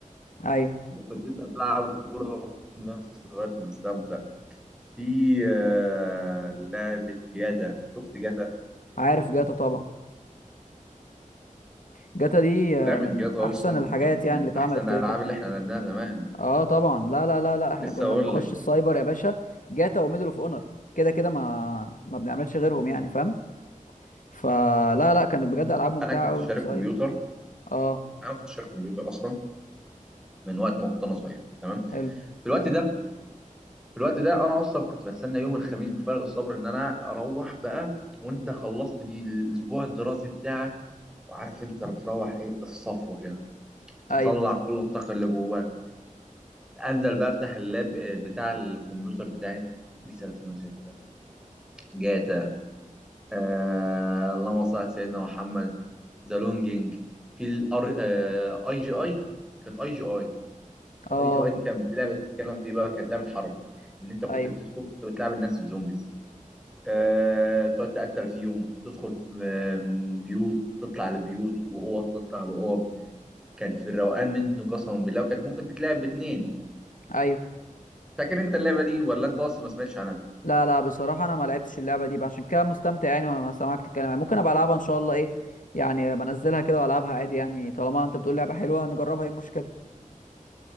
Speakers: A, on the left; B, in the centre.
A: ايوه
B: <laughs> كنت انت بتلعب كوره وفي نفس الوقت مستمتع في آه، لعبه جاتا شفت جاتا
A: عارف جاتا طبعا جاتا دي
B: لعبه
A: آه، من
B: جاتا
A: احسن
B: اصلا
A: الحاجات
B: كان من
A: يعني اللي اتعملت
B: احسن
A: كده
B: الالعاب
A: كده
B: اللي احنا لعبناها زمان
A: اه طبعا لا لا لا لا احنا
B: لسه
A: كنا
B: اقول
A: بنخش
B: لك
A: السايبر يا باشا جاتا وميدل اوف اونر كده كده ما ما بنعملش غيرهم يعني فاهم فلا لا كانت بجد العاب ممتعه
B: انا كنت
A: قوي
B: شاري
A: وانت صغير
B: كمبيوتر
A: اه
B: انا كنت شاري كمبيوتر اصلا من وقت ما كنت انا صغير تمام
A: حلو
B: في الوقت ده في الوقت ده انا اصلا كنت بستنى يوم الخميس بفارغ الصبر ان انا اروح بقى وانت خلصت دي الاسبوع الدراسي بتاعك وعارف انت بتروح ايه بالصفوه كده تطلع
A: ايوه
B: كل الطاقه اللي جواك انزل بقى افتح اللاب آه، بتاع الكمبيوتر بتاعي بيس 2006 جاتا آه اللهم صل على سيدنا محمد ذا لونجينج في الار آه اي جي اي كانت اي جي اي
A: اه
B: اي جي اي دي كانت بتلعب بتتكلم في إيه بقى كانت لعبه حرب ان انت كنت
A: ايوه
B: بتدخل كنت بتلعب الناس الزومبيز آه، تقعد تقتل فيهم تدخل في- آه، من بيوت تطلع لبيوت وأوض تطلع بأوض كانت في الروقان منه قسما بالله وكانت ممكن تتلعب باتنين
A: ايوه
B: فاكر انت اللعبة دي ولا انت اصلا ما سمعتش عنها
A: لا لا بصراحه انا ما لعبتش اللعبه دي بقى، عشان كده مستمتع يعني وانا سامعك تتكلم يعني ممكن ابقى العبها ان شاء الله ايه يعني بنزلها كده والعبها عادي يعني طالما انت بتقول لعبه حلوه نجربها ايه المشكله